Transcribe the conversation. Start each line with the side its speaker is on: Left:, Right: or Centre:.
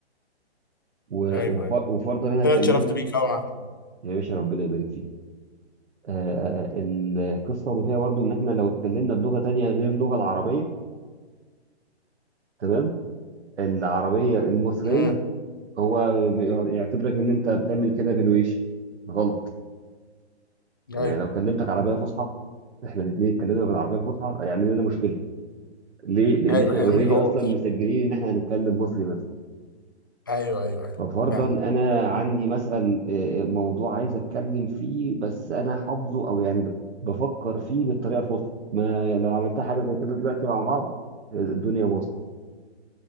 Right: و-
Left: ايوه
Right: وف-
Left: ايوه
Right: وفرضا انا اتكلمت
Left: انا اتشرفت بيك قوي يا محمد.
Right: يا باشا ربنا يبارك فيك آه آه، القصه ما فيها برضو ان احنا لو اتكلمنا بلغه تانية غير اللغه العربيه تمام العربيه المصريه
Left: امم
Right: هو بي- يعتبرك ان انت بتعمل كده في الويش غلط يعني
Left: ايوه
Right: لو كلمتك عربيه فصحى احنا الاثنين اتكلمنا بالعربيه الفصحى هيعمل لنا مشكله ليه؟ لأن
Left: ايوه
Right: احنا اوريدي
Left: هيعمل حوار
Right: أصلا مسجلين إن احنا هنتكلم مصري بس
Left: ايوه ايوه ايوه
Right: ففرضا
Left: فاهم
Right: أنا عندي مثلا آه، آه، موضوع عايز أتكلم فيه بس أنا حافظه أو يعني ب- بفكر فيه بالطريقة الفصحى ما لو عملتها حاجة زي كده دلوقتي مع بعض آه، الدنيا باظت